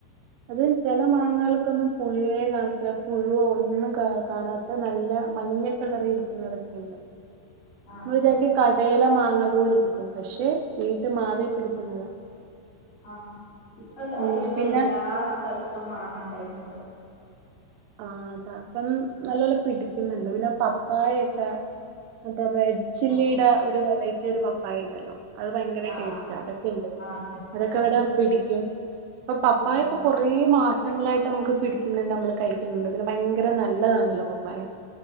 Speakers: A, on the right; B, on the left.
A: അത് ചില മാങ്ങങ്ങൾക്കൊന്നും പുളിയേ കാണത്തില്ല പുഴുവോ ഒന്നും കാണാ.. ഇ നല്ല മഞ്ഞ കളറി ഇരിക്കുന്നതൊക്കെുണ്ട് നമ്മൾ
B: ആഹ് ആഹ് ആഹ്
A: വിചരിക്കും കടയില മാങ്ങ പോലിരിക്കും പക്ഷെ വീട്ട് മാവി പിടിക്കുന്നത.
B: ആഹ് ഇപ്പൊ
A: ഉം
B: ഒരുവിധ
A: പിന്നെ
B: എല്ലാ സ്ഥലത്തും മാങ്ങണ്ടായിട്ടുണ്ട്.
A: ആഹ് അത അപ്പം നല്ലപല്ല പിടിക്കുന്നുണ്ട് പിന്നെ പപ്പായൊക്കെ മറ്റേറെഡ്.. ചില്ലിയുടെ
B: ആഹ്
A: ഒരു വെറൈറ്റി ഒരു പപ്പായ ഉണ്ടല്ലോ. അത് ഭയങ്കര
B: ആഹ്
A: ടേസ്റ്റ്
B: ആഹ്
A: അതൊക്കെ ഉണ്ട്
B: ആഹ് ടെസ്റ്റ്
A: അതൊക്കെവിടെ
B: ആഹ്
A: പിടിക്കും അപ്പൊ പപ്പായപൊ..
B: ആഹ്
A: കുറേ മാസങ്ങളായിട്ട് നമുക്ക് പിടിക്കുന്നുണ്ട് നമ്മള് കഴിക്കുന്നുണ്ട് പിന്നെ ഭയങ്കര നല്ലതാണല്ലോ പപ്പായ.